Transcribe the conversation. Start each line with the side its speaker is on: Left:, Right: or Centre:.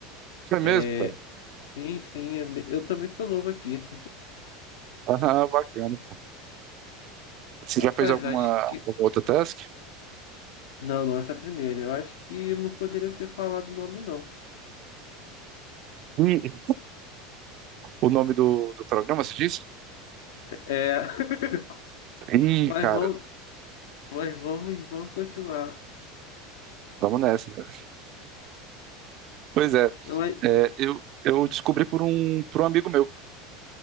Right: É
Left: É...
Right: mesmo, cara? <laughs>
Left: Sim, sim, é me- eu também sou novo aqui.
Right: Ah, bacana. Você
Left: Rapaz,
Right: já fez alguma,
Left: acho
Right: alguma
Left: que.
Right: outra task?
Left: Não, não, essa é a primeira. Eu acho que não poderia ter falado o nome, não.
Right: Ih, o nome do, do programa, se diz?
Left: É... <laughs>
Right: Ih,
Left: Mas
Right: cara,
Left: vamos, mas vamos, vamos continuar.
Right: vamos nessa, né? Pois é,
Left: Não, mas,
Right: é, eu, eu descobri por um, por um amigo meu.